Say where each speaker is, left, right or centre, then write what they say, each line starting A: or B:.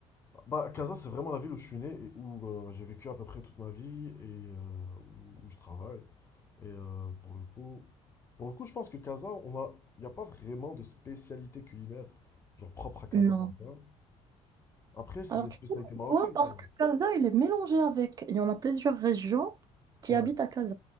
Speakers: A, on the left; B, on the right.
A: bah Casa c'est vraiment la ville où je suis né et où euh, j'ai vécu à peu près toute ma vie et euh, où, où je travaille. Et euh, pour le coup pour le coup je pense que Casa on a il n'y a pas vraiment de spécialité culinaire genre propre à Casablanca.
B: Non.
A: Après c'est
B: Alors,
A: des
B: tu
A: spécialités
B: sais pourquoi?
A: marocaines
B: Parce
A: quoi.
B: que Casa, il est mélangé avec. Il y en a plusieurs régions qui
A: Ouais.
B: habitent à Casa.